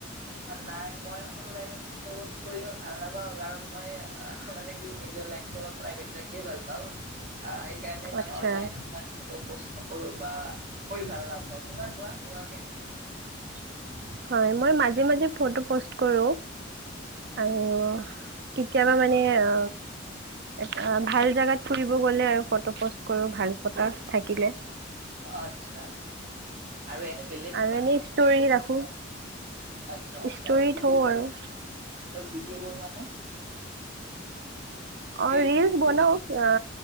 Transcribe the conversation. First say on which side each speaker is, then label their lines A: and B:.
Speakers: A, on the right; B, on the right.
A: নাই মই অনলাইনত ফটো পৌষ্ট কৰি ইমান ভাল নাপাওঁ। কাৰণ মই আহ মানে কি নিজৰ লাইফটো অলপ প্ৰাইভেট ৰাখিয়ে ভাল পাওঁ। আহ সেইকাৰণে ইমান
B: আচ্ছা
A: অনলাইনত মই ফটো পোষ্ট নকৰো, বা কৰি ভাল নাপাও। তোমাৰ কোৱা, তোমাৰ কেনেকুৱা?
B: হয়, মই মাজে মাজে ফটো পৌষ্ট কৰোঁ। আৰু কেতিয়াবা মানে
A: হয়
B: অ এটা ভাল জেগাত ফুৰিব গ'লে আৰু ফটো পষ্ট কৰো, ভাল ফটো থাকিলে।
A: আচ্ছা, আৰু এনে বেলেগ
B: আৰু
A: কিবা?
B: এনেই ষ্টৰি ৰাখো
A: আচ্ছা আচ্ছা
B: ষ্টৰি
A: আৰু ভিডিঅ'
B: থওঁ
A: চিডিঅ'
B: আৰু।
A: আৰু ভিডিঅ' বনোৱা নে?
B: অ
A: ৰিলচ
B: ৰীলচ
A: বুলি
B: বনাও,
A: যিটো কয়
B: অ